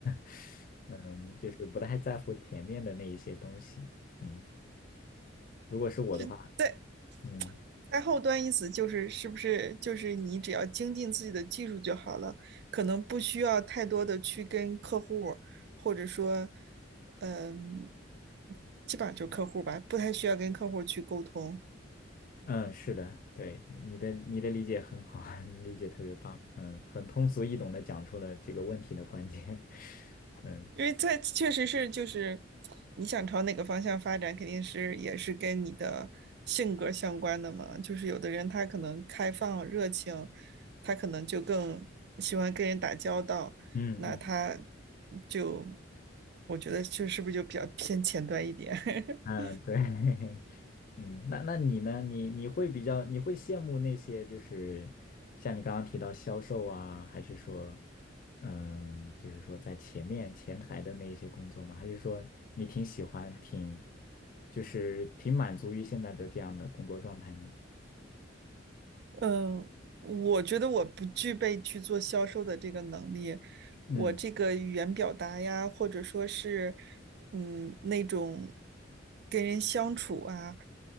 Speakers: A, on the left (about 45°); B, on the right (about 60°).
A: <laughs> 嗯，就是不太在乎前面的那一些东西。嗯，如果是我的话，
B: 就在
A: 嗯
B: 在后端意思就是是不是就是你只要精进自己的技术就好了，可能不需要太多的去跟客户儿或者说，嗯、基本上就是客户儿吧，不太需要跟客户儿去沟通。
A: 嗯，是的，对，你的你的理解很好，<laughs> 你理解特别棒。嗯，很通俗易懂的讲出了这个问题的关键。<laughs> 嗯
B: 因为在确实是就是你想朝哪个方向发展，肯定是也是跟你的性格相关的嘛。就是有的人他可能开放热情，他可能就更喜欢跟人打交道，
A: 嗯嗯
B: 那他就我觉得这是不是就比较偏前端一点？
A: 嗯，
B: <laughs>
A: 对。<laughs> 嗯，那那你呢？你你会比较，你会羡慕那些就是像你刚刚提到销售啊，还是说，嗯，就是说在前面前台的那一些工作吗？还是说你挺喜欢，挺就是挺满足于现在的这样的工作状态呢？
B: 嗯，我觉得我不具备去做销售的这个能力，我这个语言表达呀，
A: 嗯
B: 或者说是，嗯，那种跟人相处啊，